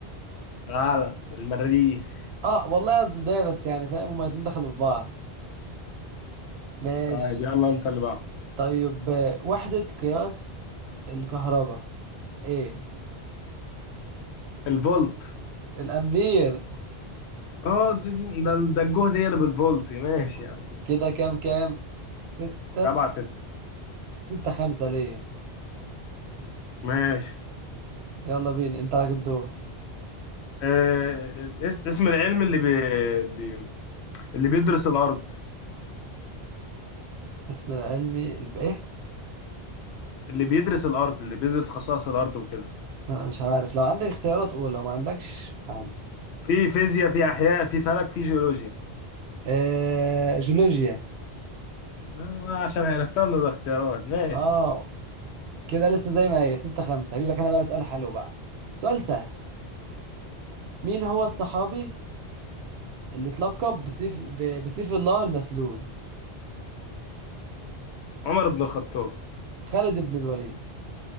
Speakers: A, on the left (about 80°); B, on the right (about 75°).
A: غلط المريخ
B: اه والله قصدي ده بس يعني فاهم هما الاتنين دخلوا في بعض ماشي
A: طيب يلا انت اللي بعده
B: طيب آه، وحدة قياس الكهرباء ايه
A: الفولت
B: الأمبير
A: اه دي- دي- ده ده الجهد هي اللي بالفولت ماشي يعني
B: <laughs> كده كام كام ستة
A: 7 6
B: ستة خمسة ليا
A: ماشي
B: يلا بينا انت لك الدور
A: آه، الاس- اسم العلم اللي بي... اللي اللي بيدرس الارض
B: اسم العلمي الب- ايه
A: اللي بيدرس الارض اللي بيدرس خصائص الارض وكده
B: لا مش عارف لو عندك اختيارات قول لو ما عندكش عادي
A: في فيزياء في احياء في فلك في جيولوجيا
B: آه جيولوجيا
A: آه، عشان عرفتها من الاختيارات ماشي
B: اه كده لسه زي ما هي ستة خمسة هجيب لك انا بقى سؤال حلو بقى سؤال سهل مين هو الصحابي اللي اتلقب بسيف ب... بسيف الله المسلول
A: عمر بن الخطاب
B: خالد بن الوليد